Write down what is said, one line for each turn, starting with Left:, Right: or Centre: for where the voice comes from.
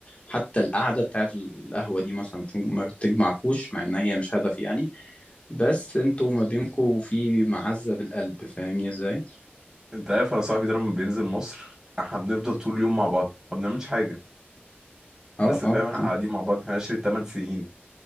Left: حتى القعده بتاعت القهوه دي مثلا بتج- ما بتجمعكوش مع ان هي مش هدف يعني بس انتوا ما بينكم في معزه بالقلب فاهمني ازاي
Right: انت عارف انا صاحبي ده لما بينزل مصر احنا بنفضل طول اليوم مع بعض ما بنعملش حاجه بس
Left: اه اه
Right: فاهم احنا قاعدين
Left: اه
Right: مع بعض احنا عشرة 8 سنين